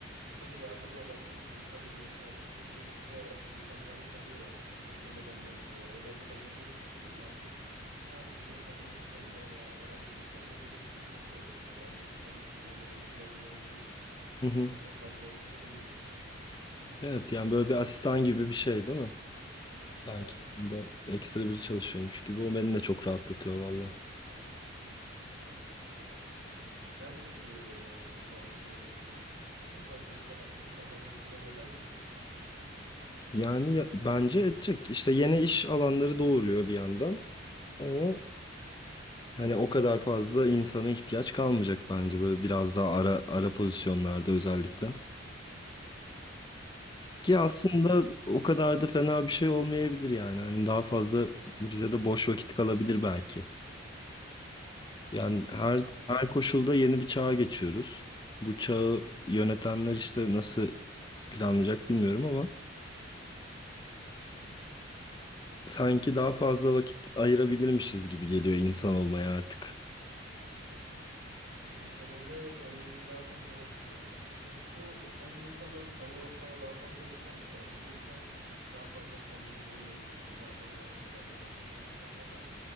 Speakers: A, on the right; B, on the left.
A: çok yardım alabiliyorsun. Tabii mesela bir şirkette de insanları kovuyorlar bu nedenden dolayı. O yapılabilecek bir şey değil. Artık herkesin kendi bu konuda veya herhangi bir konuda geliştirmesi gerekiyor. Ben de bu konuda kendime özgüvende olduğum için
B: Hı hı.
A: çok fazla endişe duymuyorum.
B: Evet yani böyle bir asistan gibi bir şey değil mi? Sanki
A: Evet.
B: bunda ekstra biri çalışıyormuş gibi. O beni de çok rahatlatıyor valla.
A: Sen peki e, bu konu hakkında ne düşünüyorsun? Yapay zeka insanları işinden eder mi?
B: Yani ya- bence edecek. İşte yeni iş alanları doğuruyor bir yandan. Ama hani o kadar fazla insana ihtiyaç kalmayacak bence böyle biraz daha ara ara pozisyonlarda özellikle. Ki
A: Haklısın
B: aslında
A: ya.
B: o kadar da fena bir şey olmayabilir yani. Hani daha fazla bize de boş vakit kalabilir belki. Yani her
A: Artık
B: her koşulda yeni bir çağa geçiyoruz. Bu çağı yönetenler işte nasıl planlayacak bilmiyorum ama sanki daha fazla vakit ayırabilirmişiz gibi geliyor insan olmaya artık.
A: İnsan olmaya ve kendimize daha fazla vakit ayırırız. Peki bu sence insanları sanal ortama daha fazla iter mi? Bence iter. Daha fazla kendimiz olmamız için, daha fazla vakit harcamak için. İnsan neden